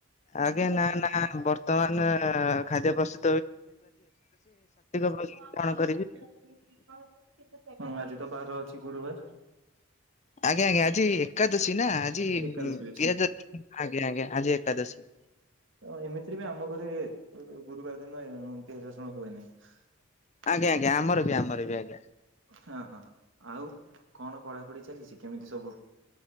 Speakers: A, on the left; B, on the right.
A: ଆଜ୍ଞା ନା ନା ବର୍ତ୍ତମାନ ଖାଦ୍ୟ ପ୍ରସ୍ ଭୋଜନ
B: ହୁଁ
A: ଗ୍ରହଣ କରିବି
B: ଆଜି ବାର ଅଛି ଗୁରୁବାର।
A: ଆଜ୍ଞା ଆଜ୍ଞା ଆ ଜି ଏକାଦଶୀ ନା ଆଜି
B: ଏକାଦଶୀ
A: ପିୟାଜ
B: ଅଛି।
A: ରସୁଣ ଆଜ୍ଞା ଆଜ୍ଞା ଆଜି ଏକାଦଶୀ।
B: ଓ ଏମିତିରେ ବି ଆମ ଘରେ ଗୁରୁବାର ଦିନ ଅ ପିଆଜ ରସ୍ ଶୁଣ ହୁଏ ନାହିଁ।
A: ଆଜ୍ଞା ଆଜ୍ଞା ଆମର ଏ ବି ଆଜ୍ଞା।
B: ହଁ ହଁ ଆଉ କଣ ପଢାପଢି ଚାଲିଚି କେମିତି ସବୁ